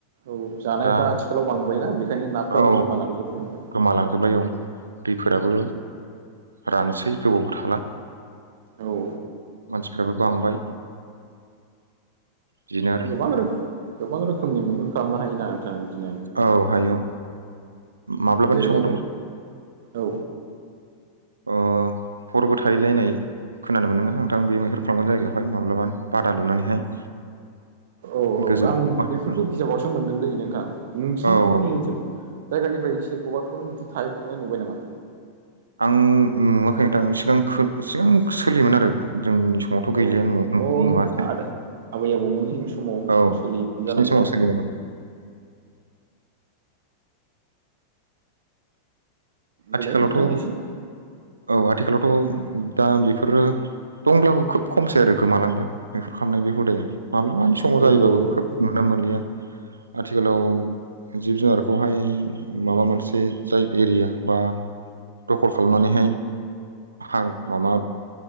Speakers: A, on the right; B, on the right.
A: औ जानायफ्रा
B: दा
A: आथिखालाव बांबाय ना बेखायनो नाफोराबो
B: औ
A: गोमालांजोबनो हमबाय।
B: गोमालांजोब्बाय औ दैफोराबो रानसै गोबाव थाला।
A: औ
B: मानसिफ्राबो बांबाय। बिदिनो आरो
A: गोबां रोखोम गोबां रोखोमनि मैहुर खालामनो हायोना? नोंथां बिदिनो
B: औ हायो औ माब्लाबानि
A: जेरै
B: समावथ'
A: औ
B: ओ हरबो थाहैलायनाय खोनानो मोनो ना नोंथां बे मैहुर खालामगोन जायगायावहाय माब्लाबा बादा लुनानैहाय।
A: औ औ
B: गोजौ
A: आं
B: दंफां
A: बेफोरखौ
B: औ
A: बिजाबावसो मोनदों दै नोंथां नोंथांमोननि
B: औ
A: ओनसोल जायगानिफ्राय सोरखौबाफोर बिदि थाहैफेरनाय नुबाय नामा?
B: आं नुवाखै नोंथां सिगां सोलियोमोन आरो जों <unintelligible> समावथ' गैलिया
A: औ
B: नुवाखै
A: अ आदा आबै आबौमोननि समाव
B: औ
A: सोलियोमोन
B: बिसोरनि
A: जानांगौ
B: समाव सोलिबायोमोन। आथिखालावथ'
A: देलाय नोंथां एसे
B: औ आथिखालावथ' दा बेफोरो दंब्लाबो खोब खमसै आरो गोमालांबाय मैहुर खालामनायनि बे हुदाया। माब्लाबानि समाव
A: औ
B: जायोबो
A: औ
B: खोब नुनो मोनलिया। आथिखालाव जिब जुनारखौहाय माबा मोनसे जाय एरिया बा दखल खालामनानैहाय हा माबा